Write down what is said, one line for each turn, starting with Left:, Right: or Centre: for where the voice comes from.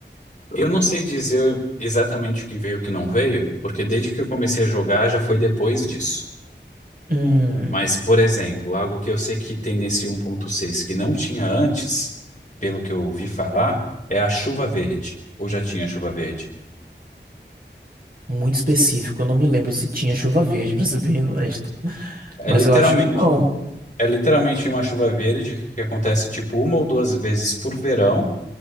Left: Eu não sei dizer exatamente o que veio e o que não veio, porque desde que eu comecei a jogar já foi depois disso.
Right: Hum,
Left: Mas, por exemplo, algo que eu sei que tem nesse 1.6 que não tinha antes, pelo que eu ouvi falar, é a chuva verde. Ou já tinha chuva verde.
Right: muito específico. Eu não me lembro se tinha chuva verde, pra ser bem honesto.
Left: É
Right: Mas
Left: literalmente,
Right: eu acho que não.
Left: é literalmente uma chuva verde que acontece tipo uma ou duas vezes por verão